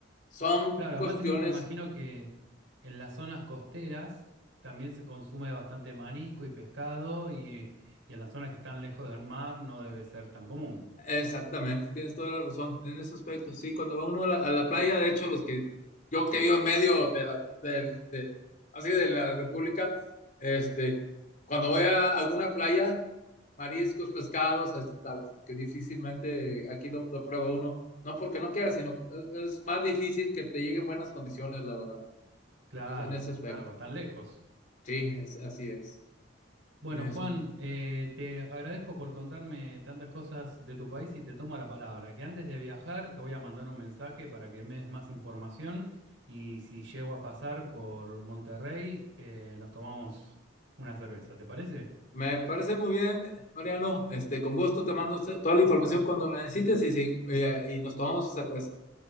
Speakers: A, on the left; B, on the right.
A: Son
B: Claro,
A: cuestiones
B: además im- imagino que en las zonas costeras también se consume bastante marisco y pescado y, y en las zonas que están lejos del mar no debe ser tan común.
A: Exactamente, tienes toda la razón en ese aspecto. Sí, cuando va uno a la, a la playa, de hecho, los que yo que vivo en medio de la, del- de, así de la República, este, cuando voy a alguna playa, mariscos, pescados, a disfrutarlos, porque difícilmente aquí lo, lo prueba uno, no porque no quiera, sino es, es más difícil que te lleguen buenas condiciones, la verdad,
B: Claro,
A: es- en ese aspecto.
B: claro, pues están lejos.
A: Sí, es, así es.
B: Bueno,
A: Eso.
B: Juan, eh, te agradezco por contarme tantas cosas de tu país y te tomo la palabra, que antes de viajar te voy a mandar un mensaje para que me des más información y si llego a pasar por Monterrey, eh, nos tomamos una cerveza, ¿te parece?
A: Me parece muy bien, Mariano. Este, con gusto te mando se- toda la información cuando la necesites y, sin- y, eh, y nos tomamos cerveza.